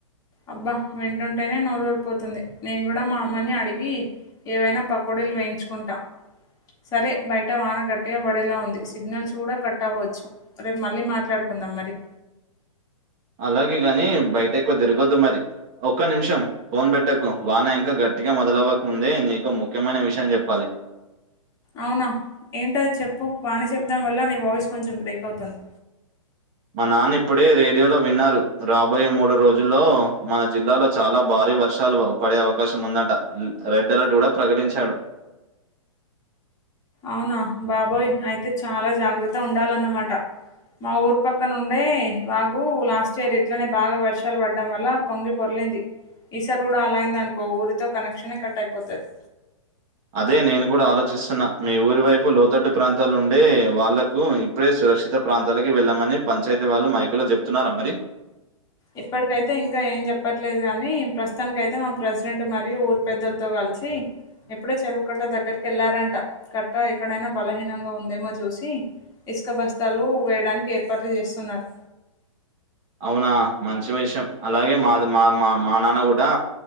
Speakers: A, on the left; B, on the right.
A: అబ్బా వింటుంటేనే నోరు ఊరిపోతుంది నేను కూడా మా అమ్మాని అడిగి ఏవైనా పకోడీలు వేయించుకుంటా సరే బయట వాన గట్టిగా పడేలా ఉంది సిగ్నల్స్ కూడా కట్ అవ్వచ్చు రేపు మళ్ళీ మాట్లాడుకు కుదాం మరి
B: అలాగే గాని బయట ఎక్కువ తిరగొద్దు మరి ఒక్క నిమిషం ఫోన్ పెట్టకు వాన ఇంకా గట్టి ట్టిగా మొదలవ్వకముందే నీకు ముఖ్యమైన విషయం చెప్పాలి
A: అవునా ఏంటది చెప్పు వాన శబ్దం వల్ల నీ వాయిస్ కొంచెం బ్రేక్ అవుతుంది
B: మా నాన్న ఇప్పుడే రేడియోలో విన్నారు రాబోయే మూడు రోజుల్లో మన జిల్లాలో చాలా భారీ వర్షాలు పడే అవకాశం ఉందట రెడ్ అలర్ట్ కూడా ప్రకటించాడు
A: అవునా బాబోయ్ అయితే చాలా జాగ్రత్త ఉండాలన్నమాట మా ఊరు పక్క నుండే వాగు లాస్ట్ ఇయర్ ఇట్లనే బాగా వర్షాలు పడ్డం వల్ల పొంగి పొర్లి ర్లింది ఈసారి కుడా అలా అయిందనుకో ఊరితో కనెక్షనే కట్ అయిపోతది
B: అదే నేను కూడా ఆలోచిస్తున్నా మీ ఊరి వైపు లోతట్టు ప్రాంతాళ్ళో ఉండే వాళ్ళకు ఇప్పుడే సురక్షిత ప్రాంతాలకి వెళ్లమని పంచాయతీ వళ్ళు మైకులో చెప్తున్నారా మరి
A: ఇప్పటికైతే ఇంకా ఏం చెప్పట్లేదు కాని ప్రస్తుతాననికి అయితే మా ప్రెసిడెంట్ మరియు ఊరు పెద్దలతో కల్ ల్సి ఎప్పుడే చెరువు కట్ట దగ్గరికి వెళ్లారంట కట్ట్రా ఎక్కడైనా బలహీనంగా ఉందేమో చూసి ఇసుక బస్తాలు వేయడానికి ఏర్పాట్లు చేస్తున్నారు
B: అవునా మంచి విషయం అలాగే మాది మా మా మా నాన్న కూడా